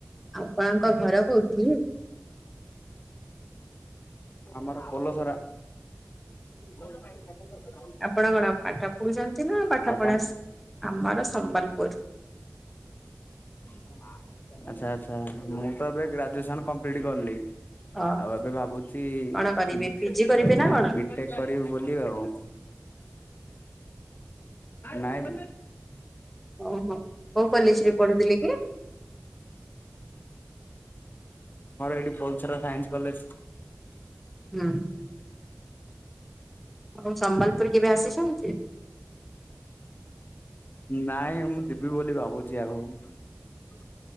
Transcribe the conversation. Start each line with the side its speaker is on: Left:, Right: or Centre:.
Centre: ଆପଣଙ୍କ ଘର କୋଉଠି?
Left: ଆମର ପଲ ସାରା <inaudible>
Centre: ଆପଣ କଣ ପାଠ ପଢୁଛନ୍ତି ନା, ପାଠ
Left: ଆଉ
Centre: ପଢା ଆମର ସମ୍ବଲପୁର
Left: <inaudible> ଆଛା ଆଛା ମୁଁ ତ ଏବେ ଗ୍ରାଜୁଏସନ କମ୍ପ୍ଲିଟଲି
Centre: ହଁ
Left: ଆଉ ଏବେ ଭାବୁଛି
Centre: କଣ କରିବେ
Left: ବିଟେକ୍
Centre: ପିଜି କରିବେ ନା କଣ?
Left: କରିବୁ ବୋଲି ଆଉ। ନାଇଁ।
Centre: ଓହୋ।
Left: <inaudible>
Centre: କୋଉ
Left: ଆମର
Centre: କଲେଜରେ ପଢୁଥିଲେ କି
Left: ଏଇଠି ପୋଲସରା ସାଇନ୍ସ କଲେଜ।
Centre: ହୁଁ। ହଁ ସମ୍ବଲପୁର କେବେ ଆସିଛନ୍ତି?
Left: ନାଇଁ ମୁଁ ଯିବି ବୋଲି ଭାବୁଛି ଆଗକୁ।